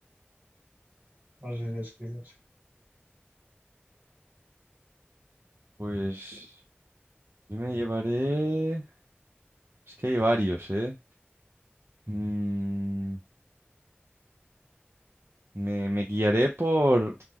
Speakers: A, on the right; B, on the right.
A: No sé si se escribe así.
B: Pues yo me llevaré... Es que hay varios, ¿eh? Mm, me, me guiaré por,